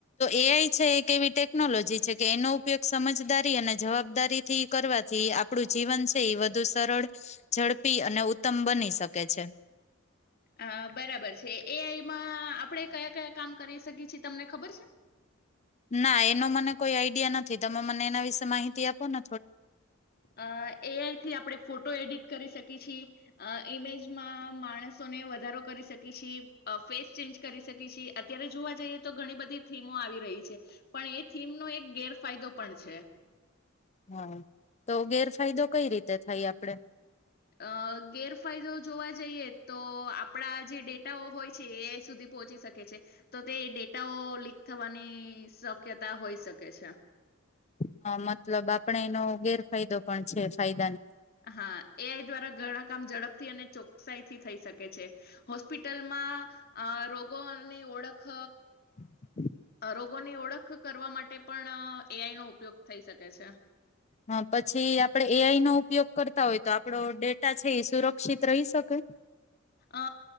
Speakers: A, on the left (about 35°); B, on the left (about 50°).
A: એઆઈ છે કેવી રીતે ટેકનોલોજી છે કે એનો ઉપયોગ સમજદારી અને જવાબદારીથી કરવાથી આપણું જીવન છે એ વધુ સરળ ઝડપી અને ઉત્તમ બની શકે છે.
B: અ બરાબર છે એ આઈમાં આપણે કયા કયા કામ કરી શકીએ છીએ તમને ખબર છે.
A: ના એનો મને કોઈ આઈડિયા નથી તમે મને એના વિશે માહિતી આપોને
B: અ એઆઈ થી આપડે ફોટો એડિટ કરી શકીએ. કીચી અ ઇમેજ માં માણસ ો ને વધારો કરી શકે ફેસ ચેન્જ કરી શકી છે અત્યારે જોવા જઈએ તો ઘણી બધી થીમો આવી રહી છે પણ એ થીમ નો એક ગેરફાયદો પણ છે.
A: હા તો ગેરફાયદો કઈ રીતે થાય આપડે.
B: અ ગેરફાયદો જોવા જઈએ તો આપણા જે ડેટાઓ હોય છે એઆઈ સુધી પહોંચી શકે છે તો તે ડેટાઓ લીક થવાની શક્યતા હોઈ શકે છે.
A: હ મતલબ આપડે એનો ગેરફાયદો પણ છે ફાયદો
B: હા એ આઈ દ્વારા ઘણા કામ ઝડપથી અને ચોકસાઈ થી થઈ શકે છે હોસ્પિટલમાં અ રોગોની ઓળખ
A: <inaudible>
B: રોગોની ઓળખ કરવા માટે પણ એઆઈ નો ઉપયોગ થઈ શકે છે.
A: હ પછી આપડે એઆઈ નો ઉપયોગ કરતા હોય તો આપડો ડેટા છે એ સુરક્ષિત રહી શકે.
B: અ